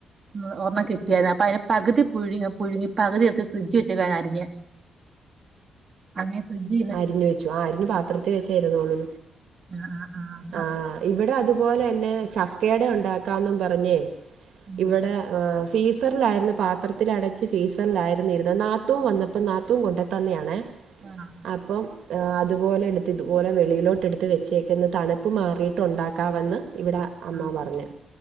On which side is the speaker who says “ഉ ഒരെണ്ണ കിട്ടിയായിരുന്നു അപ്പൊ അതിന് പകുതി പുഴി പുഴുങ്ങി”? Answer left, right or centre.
Right